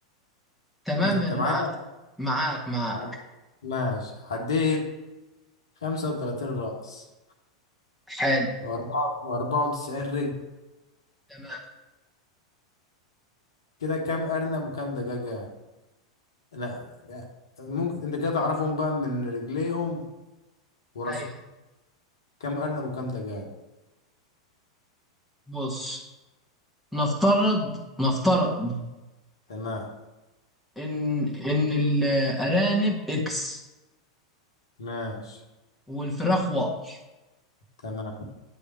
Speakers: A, in the centre; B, on the left.
A: تمام
B: ماشي أنت
A: انا
B: معايا
A: معاك معاك معاك
B: عد- ماشي عديت 35 رأس
A: حلو
B: وأربعة وأربعة وتسعين رجل
A: تمام
B: كده كام أرنب وكام دجاجة لا لا. ممكن انت كده تعرفهم بقى من رجليهم وراسهم
A: ايوه
B: كم ارنب وكم دجاج
A: بص نفترض نفترض
B: تمام
A: ان ان الارانب اكس
B: ماشي
A: والفراخ واي
B: تمام